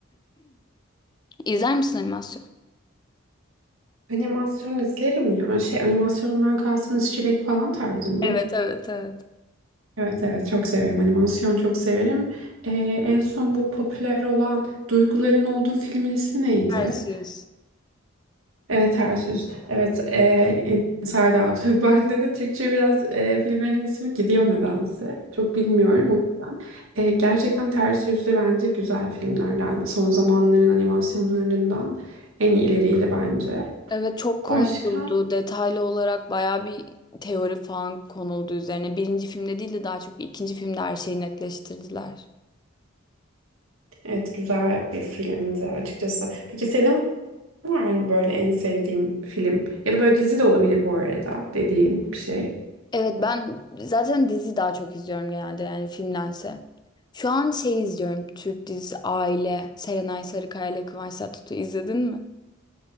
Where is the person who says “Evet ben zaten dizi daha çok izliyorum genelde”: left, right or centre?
Left